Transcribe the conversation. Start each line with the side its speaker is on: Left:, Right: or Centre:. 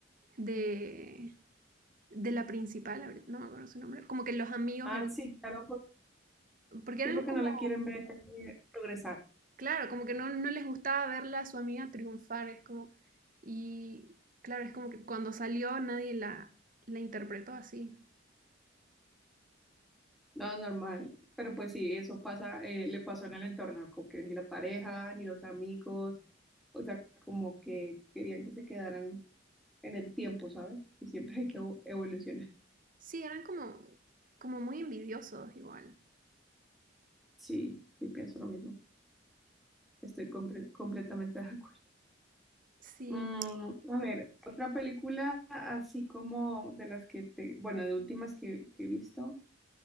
Right: de, de la principal, ahorita no me acuerdo su nombre, como que los amigos
Centre: Ah,
Right: eran,
Centre: sí, claro, por-
Right: porque
Centre: sí,
Right: eran
Centre: porque
Right: como,
Centre: no la quieren ver eh, progresar.
Right: claro, como que no, no les gustaba verla a su amiga triunfar, es como, y claro, es como que cuando salió nadie la, la interpretó así.
Centre: No, normal. Pero pues sí, eso pasa, eh, le pasó en el entorno, como que ni la pareja, ni los amigos, o sea, como que querían que se quedaran en el tiempo, ¿sabes? Y siempre hay que evo- evolucionar.
Right: Sí, eran como, como muy envidiosos igual.
Centre: Sí, sí, pienso lo mismo. Estoy compre- completamente de acuerdo.
Right: Sí,
Centre: Mm, a ver, otra película así como de las que te, bueno, de últimas que, que he visto,